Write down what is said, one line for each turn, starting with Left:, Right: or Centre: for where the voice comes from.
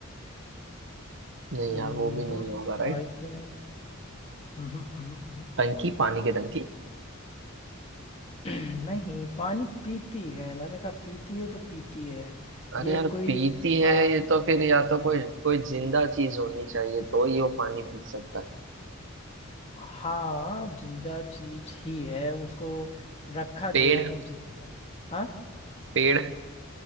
Right: नहीं
Left: हम्म
Right: यार वो भी नहीं होगा
Left: पाइप
Right: राइट
Left: भी नहीं हम्म, हम्म, हम्म, हम्म।
Right: टंकी पानी की टंकी
Left: <clears throat> नहीं पानी पीती है मैंने कहा पीती है तो पीती है
Right: अरे
Left: ये
Right: यार
Left: कोई
Right: पीती है
Left: आ,
Right: ये तो फिर या तो कोई कोई जिंदा चीज होनी चाहिए तो ही वो पानी पी सकता है
Left: हाँ जिंदा चीज ही है उसको रखा गया
Right: पेड़
Left: है जिंदा हाँ
Right: पेड़